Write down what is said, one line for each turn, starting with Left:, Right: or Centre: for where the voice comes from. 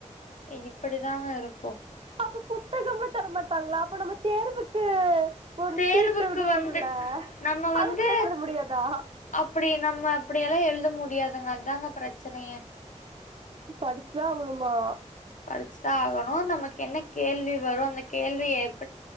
Left: இ இப்டிதான் இருக்கும்
Right: அபோ புத்தகம்ல தரமாட்டாங்ளா அப்ப நம்ம தேர்வுக்கு ஒரு
Left: தேர்வுக்கு
Right: சீட்டு எழுதுவோம்ல
Left: வந்து நம்ம வந்து
Right: அது கூட எழுத முடியாதா
Left: அப்டி நம்ம அப்டியெல்லா எழுத முடியாதுங்க அதாங்க பிரச்சனயே
Right: படிச்தான் ஆவுணுமா
Left: படிச்சிதான் ஆகணும் நமக்கு என்ன கேள்வி வரும் அந்த கேள்வி எப்